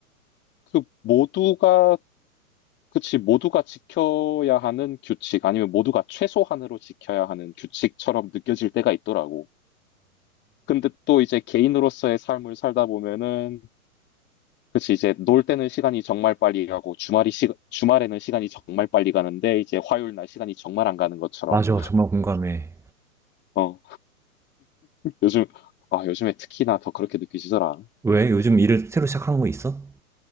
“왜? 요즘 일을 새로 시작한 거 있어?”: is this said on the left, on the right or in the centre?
Centre